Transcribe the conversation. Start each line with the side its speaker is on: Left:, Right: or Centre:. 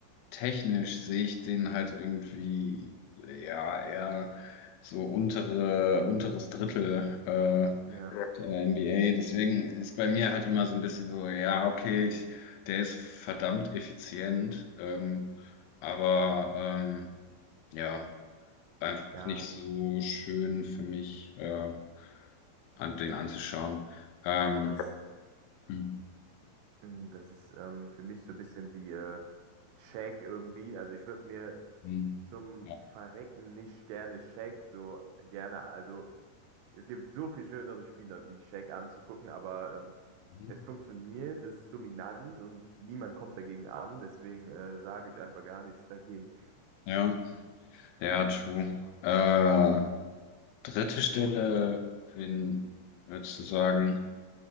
Left: technisch sehe ich den halt irgendwie, ja, eher so untere, unteres Drittel äh, Ja.
Right: Ja,
Left: der NBA. Deswegen ist bei mir halt immer so ein bisschen so, ja, okay, ich, der ist verdammt effizient, ähm, aber ähm, ja, einfach
Right: ja,
Left: nicht so schön für mich, äh, an den anzuschauen. Ähm,
Right: das ist
Left: hm,
Right: Mm, Das ist ähm, für mich so ein bisschen wie äh, Shaq irgendwie. Also ich würde mir
Left: hm,
Right: zum
Left: ja.
Right: Verrecken nicht gerne Shaq so gerne. Also es gibt so viel schönere Spieler wie Shaq anzugucken, aber ähm,
Left: Mhm.
Right: es funktioniert, es ist dominant und niemand kommt dagegen an. Deswegen äh, sage ich einfach gar nichts dagegen.
Left: Ja, ja, true. Äh, Dritte Stelle, wen würdest du sagen,